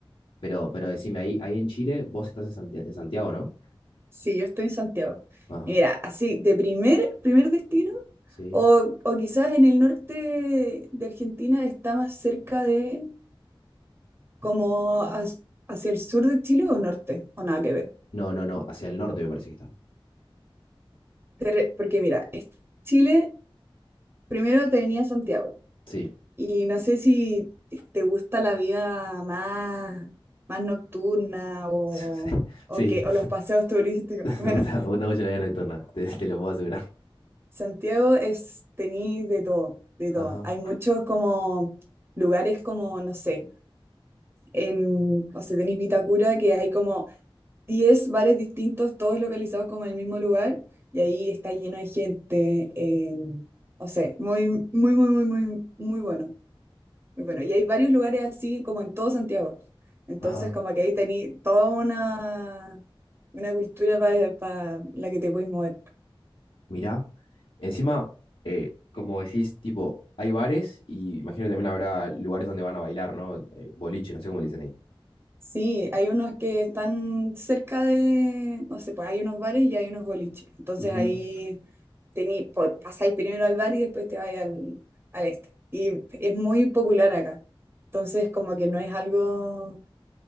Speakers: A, on the left; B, on the right.
A: Pero, pero decime, ahí, ahí en Chile, vos estás en Santiago, en Santiago, ¿no?
B: Sí, yo estoy en Santiago.
A: Ajá,
B: Y Mira, así, de primer, primer destino,
A: sí.
B: o, o quizás en el norte de Argentina está más cerca de como has- hacia el sur de Chile o norte, o nada que ver.
A: No, no, no, hacia el norte me parece que está.
B: Pero- Porque mira, es- Chile primero te venía Santiago.
A: Sí,
B: Y no sé si te gusta la vida más, más nocturna o,
A: <laughs>
B: o,
A: sí,
B: que,
A: sí.
B: o los paseos turísticos.
A: <laughs>
B: Bueno,
A: me gusta, me gusta mucho la vida nocturna, te, te lo puedo asegurar.
B: Santiago es, tenéis de todo, de
A: Ajá,
B: todo. Hay muchos como lugares como, no sé, en, no sé, tenéis Vitacura, que hay como 10 bares distintos, todos localizados como en el mismo lugar, y ahí está lleno de gente. eh, no sé, muy, muy, muy, muy, muy, muy bueno, muy bueno. Y hay varios lugares así como en todo Santiago. Entonces,
A: ajá.
B: como que ahí tenéis toda una, una cultura para la que te puedes mover.
A: Mirá, encima, eh, como decís, tipo, hay bares y imagino que también habrá lugares donde van a bailar, ¿no? Eh, boliches, no sé cómo le dicen ahí.
B: Sí, hay unos que están cerca de, no sé, pues hay unos bares y hay unos boliches. Entonces
A: Ujú.
B: ahí tení, po- pasáis primero al bar y después te vais al, al este. Y es muy popular acá. Entonces como que no es algo...